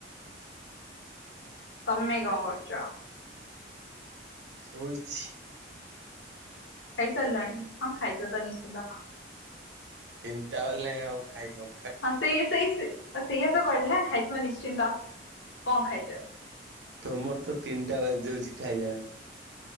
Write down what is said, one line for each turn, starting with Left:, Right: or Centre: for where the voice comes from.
Left: ତମେ କଣ କରୁଚ?
Right: ଶୋଇଛି।
Left: ଖାଇ ସାରିଲଣି। ହଁ ଖାଇ ଥିବ ତ ନିଶ୍ଚତ ହଁ।
Right: ତିନ୍ଟା ବେଲେ ଆଉ ଖାଇନ
Left: ହଁ ସେଇ ସେଇ ସେ ସେଇଆ ତ କହିଲି ନା ଖାଇଥିବା ନିଶ୍ଚିନ୍ତ। କଣ ଖାଇଚ?
Right: ତମର ତ ତିନିଟା ବା ଯାଉଛି ଖାଇଲା <unintelligible>